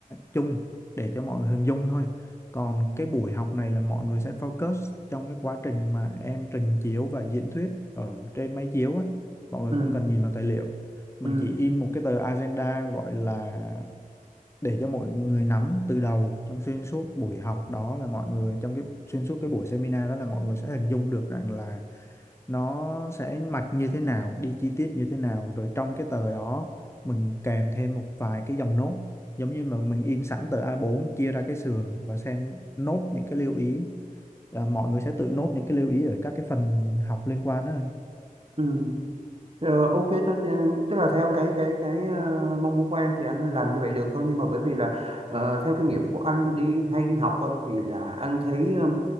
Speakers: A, on the left; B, on the right.
A: chung để cho mọi người hình dung thôi. Còn cái buổi học này là mọi người sẽ focus trong cái quá trình mà em trình chiếu và diễn thuyết ở trên máy chiếu á. Mọi người
B: Ừ,
A: không cần nhìn vào tài liệu. Mình
B: ừ,
A: chỉ in một cái tờ agenda gọi là để cho mọi người nắm từ đầu trong xuyên suốt buổi học đó là mọi người trong cái xuyên suốt cái buổi seminar đó là mọi người sẽ hình dung được rằng là nó sẽ mặc như thế nào, đi chi tiết như thế nào, rồi trong cái tờ đó mình kèm thêm một vài cái dòng nốt, giống như mà mình in sẵn tờ A4 chia ra cái sườn và xem nốt những cái lưu ý, à, mọi người sẽ tự nốt những cái lưu ý ở các cái phần học liên quan đó.
B: ừ. Ờ, ok thôi ờ, tức là theo cái cái cái ờ, mong muốn của em thì anh làm như vậy được thôi nhưng mà bởi vì là ờ, theo kinh nghiệm của anh đi hay đi học á, thì là anh thấy ờ,